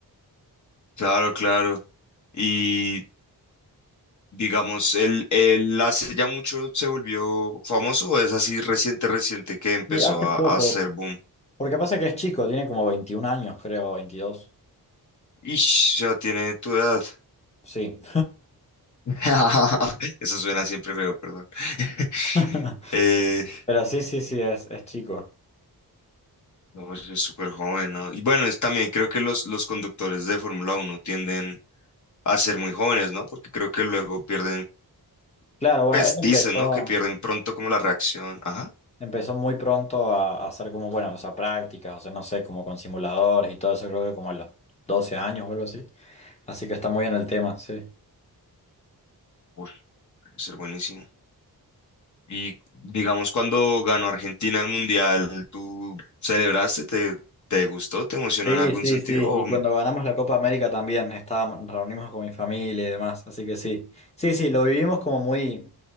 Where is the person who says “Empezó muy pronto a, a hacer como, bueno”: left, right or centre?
Left